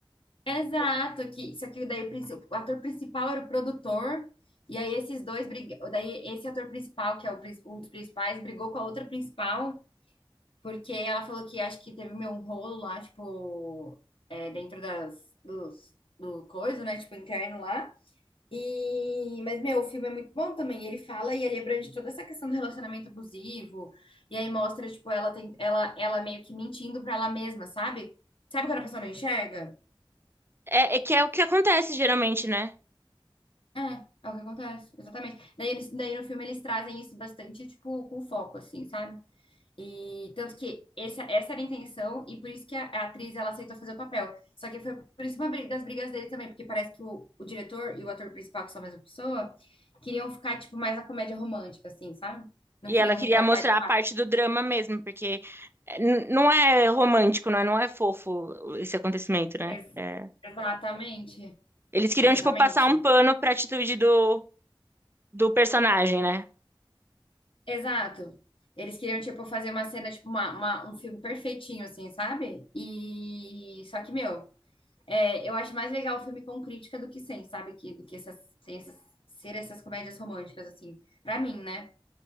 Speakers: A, on the left; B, on the right.
A: Exato, que só que daí o, princi- o ator principal era o produtor, e aí esses dois briga- daí esse ator principal, que é o prin- um dos principais, brigou com a outra principal, porque ela falou que acho que teve meio um rolo lá, tipo, é, dentro das dos, do coisa, né? Tipo, interno lá. E, mas, meu, o filme é muito bom também. Ele fala e ele abrange toda essa questão do relacionamento abusivo. E aí mostra, tipo, ela tem, ela, ela meio que mentindo pra ela mesma, sabe? Sabe quando a pessoa não enxerga?
B: É, é que é o que acontece geralmente, né?
A: É, é o que acontece, exatamente. Daí, eles, daí no filme eles trazem isso bastante, tipo, com foco, assim, sabe? E tanto que essa, essa era a intenção, e por isso que a, a atriz ela aceitou fazer o papel. Só que foi por isso uma briga- das brigas dele também, porque parece que o, o diretor e o ator principal, que são a mesma pessoa, queriam ficar, tipo, mais na comédia romântica, assim, sabe? Não
B: E
A: queriam
B: ela
A: retratar
B: queria mostrar
A: de fato.
B: a parte do drama mesmo, porque eh, n- não é romântico, não é, Não é fofo esse acontecimento, né?
A: Ex-
B: É.
A: exatamente.
B: Eles queriam,
A: Exatamente.
B: tipo, passar um pano pra atitude do, do personagem, né?
A: Exato. Eles queriam, tipo, fazer uma cena, tipo, uma, uma- um filme perfeitinho, assim, sabe? E só que, meu. É, eu acho mais legal o filme com crítica do que sem, sabe? Que, do que essas, sem essas- ser essas comédias românticas, assim, pra mim, né?